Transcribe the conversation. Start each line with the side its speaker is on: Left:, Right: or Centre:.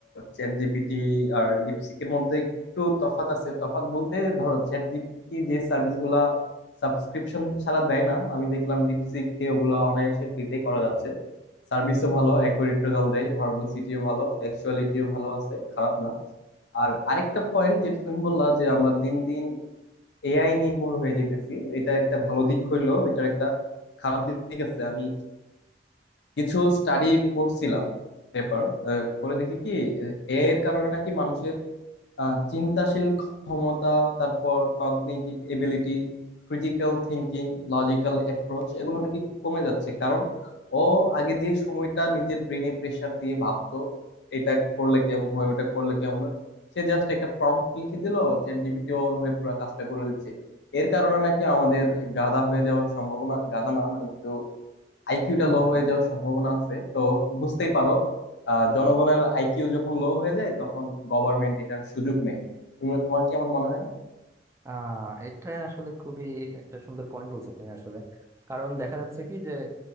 Left: চ্যাট জিপিটি আর ডিপসিকের মধ্যে একটু তফাৎ আছে তফাৎ বলতে ধরো চ্যাট জিপিটি যে সার্ভিস গুলা সাবস্ক্রিপশন ছাড়া দেয় না আমি দেখলাম ডিপসিক কে ওগুলা অনায়াসে ফ্রিতে করা যাচ্ছে সার্ভিসও ভালো অ্যাকুরেট রেজাল্ট দেয় ভার্বোসিটিও ভালো টেক্সচুয়ালিটিও ভালো আছে খারাপ না আর আরেকটা পয়েন্ট যেটা তুমি বললা যে আমরা দিন দিন এআই নির্ভর হয়ে যাইতেছি এটা একটা ভালো দিক হইলো এটার একটা খারাপ দিক আছে আমি কিছু স্টাডি পড়ছিলাম পেপার পরে দেখি কি এআই এর কারণে নাকি মানুষের আহ, চিন্তাশীল ক্ষমতা তারপর cognitive ability critical thinking logical approach এগুলো নাকি কমে যাচ্ছে কারণ ও আগে যে সময়টা নিজের ব্রেনে প্রেসার দিয়ে ভাবতো এটা করলে কেমন হয় ওটা করলে কেমন হয় সে জাস্ট একটা প্রম্পট লিখে দিল চ্যাট জিপিটি ওর হয়ে পুরো কাজটা করে দিচ্ছে এর কারণে নাকি আমাদের গাধা হয়ে যাওয়ার সম্ভাবনা গাধা না মানে একটু আইকিউটা
Right: বুঝতে পারছি
Left: লো হয়ে যাওয়ার সম্ভাবনা আছে তো বুঝতেই পারো আহ, জনগণের আইকিউ যখন লো হয়ে যায় তখন গভর্নমেন্ট এটার সুযোগ নেই তুমি তোমার কি এমন মনে হয় না
Right: আহ এটা আসলে খুবই একটা সুন্দর পয়েন্ট বলছো তুমি আসলে কারণ দেখা যাচ্ছে কি যে